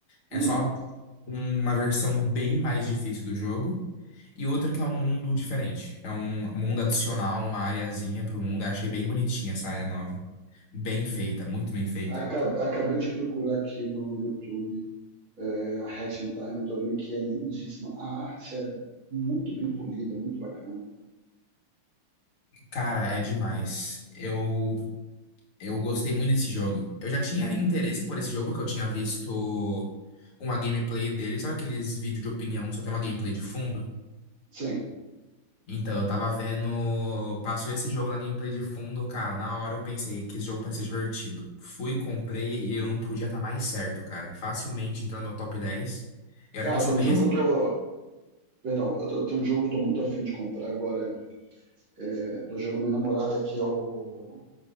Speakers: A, on the left; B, on the right.
A: É
B: hum.
A: só uma versão bem mais difícil do jogo. E outra que é um mundo diferente. É um mundo adicional, uma areazinha pro mundo. Eu achei bem bonitinha essa área nova. Bem feita, muito bem feita.
B: Aca- Acabei de procurar aqui no YouTube é, a Hatching Time, eu tô vendo que é lindíssima. A arte é muito bem polida, muito bacana.
A: Cara, é demais. Eu Eu gostei muito desse jogo. Eu já tinha interesse por esse jogo, que eu tinha visto uma gameplay dele. Sabe aqueles vídeos de opinião que só tem uma gameplay de fundo?
B: Sim.
A: Então, eu tava vendo. Passou esse jogo na gameplay de fundo, cara. Na hora eu pensei que esse jogo parecia divertido. Fui, comprei e eu não podia estar mais certo, cara. Facilmente entrou no meu top dez E
B: Cara,
A: olha que eu sou
B: tem um
A: bem
B: jogo
A: assim.
B: que eu tô. Perdão, eu tô, tem um jogo que eu tô muito afim de comprar agora é, pra jogar com minha namorada, que é o.